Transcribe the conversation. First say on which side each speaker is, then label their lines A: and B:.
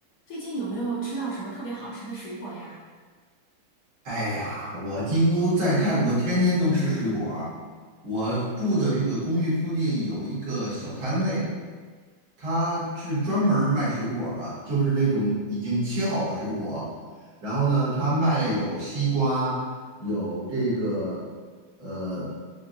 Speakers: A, on the left (about 75°); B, on the right (about 65°).
A: 最近有没有吃到什么特别好吃的水果呀？
B: 哎呀，我几乎在泰国天天都吃水果儿我住的这个公寓附近有一个小摊位，他是专门儿卖水果儿的，就是那种已经切好的水果。然后呢，他卖的有西瓜，有这个呃